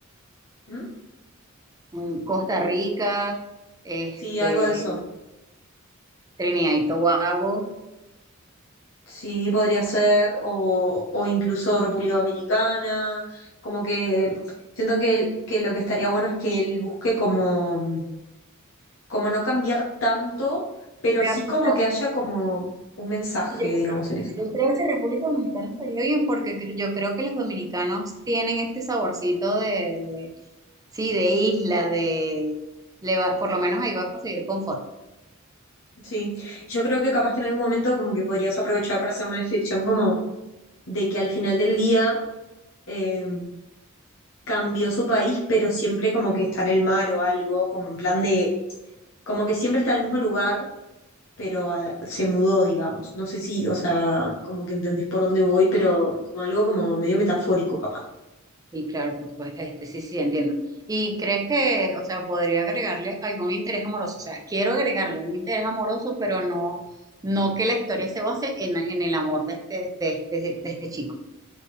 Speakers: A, on the left; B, on the right.
A: ¿Mm?
B: Mm, Costa Rica, este,
A: Sí, algo de eso.
B: Trinidad y Tobago.
A: Sí, podría ser, o, o incluso República Dominicana, como que siento que, él- que lo que estaría bueno es que él busque como, como no cambiar tanto, pero
B: Creo,
A: sí como
B: creo,
A: que haya como un mensaje,
B: Yo creo,
A: digamos, en eso.
B: yo creo que República Dominicana estaría bien porque cre- yo creo que los dominicanos tienen este saborcito de, de- sí, de isla, de, le va- por lo menos ahí va a conseguir confort.
A: Sí, yo creo que capaz que en algún momento como que podrías aprovechar para hacer una descripción como de que al final del día eh, cambió su país, pero siempre como que está en el mar o algo, como en plan de, como que siempre está en el mismo lugar pero ah, se mudó, digamos. No sé si, o sea, como que entendés por dónde voy, pero como algo como medio metafórico, capaz.
B: Y claro, pues, pues, este, sí, sí, entiendo. ¿Y crees que, o sea, podría agregarle algún interés amoroso? O sea, quiero agregarle un interés amoroso, pero no, no que la historia se base en, en el amor de este, de este, de este chico.